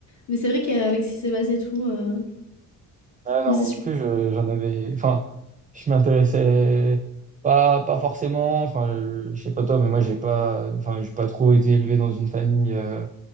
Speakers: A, on the left; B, on the right.
A: Mais c'est vrai qu'avec ce qui s'est passé et tout, euh,
B: Ah non,
A: mais c'est
B: moi
A: super.
B: non plus, je- j'en avais. Enfin, je m'intéressais pas, pas forcément. Enfin, je, je sais pas toi, mais moi, j'ai pas, enfin, j'ai pas trop été élevé dans une famille euh,